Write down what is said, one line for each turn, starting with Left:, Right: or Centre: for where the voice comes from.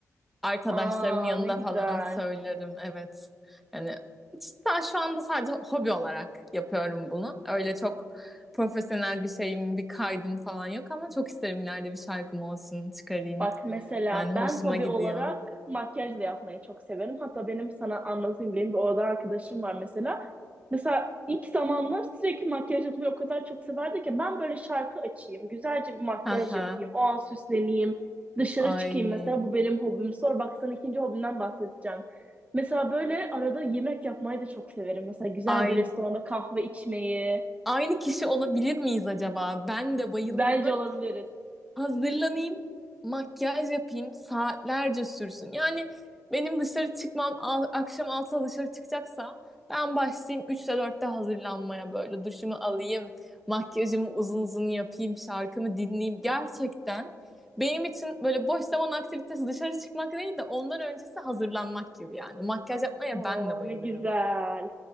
Centre: Arkadaşlarımın
Right: Aa
Centre: yanında
Right: ne güzel.
Centre: falan söylerim. Evet. Yani daha şu anda sadece hobi olarak yapıyorum bunu. Öyle çok profesyonel bir şeyim, bir kaydım falan yok ama çok isterim ileride bir şarkım olsun, çıkarayım.
Right: Bak mesela
Centre: Yani hoşuma
Right: ben hobi
Centre: gidiyor.
Right: olarak makyaj da yapmayı çok severim. Hatta benim sana anlatayım benim bir orada arkadaşım var mesela. Mesela ilk zamanlar sürekli makyaj yapmayı o kadar çok severdi ki ben böyle şarkı açayım, güzelce bir makyaj
Centre: Aha.
Right: yapayım, o an süsleneyim, dışarı
Centre: Ay.
Right: çıkayım mesela bu benim hobim. Sonra bak sana ikinci hobimden bahsedeceğim. Mesela böyle arada yemek yapmayı da çok severim. Mesela güzel
Centre: Ay.
Right: bir restoranda kahve içmeyi.
Centre: Aynı kişi olabilir miyiz acaba? Ben de bayılırım.
Right: Bence
Centre: Böyle
Right: olabiliriz.
Centre: Hazırlanayım, makyaj yapayım, saatlerce sürsün. Yani benim dışarı çıkmam a- akşam 6'da dışarı çıkacaksam ben başlayayım üçte dörtte hazırlanmaya böyle duşumu alayım, makyajımı uzun uzun yapayım, şarkımı dinleyeyim. Gerçekten benim için böyle boş zaman aktivitesi dışarı çıkmak değil de ondan öncesi hazırlanmak gibi yani. Makyaj yapmaya
Right: Aa,
Centre: ben de bayılırım.
Right: ne güzel.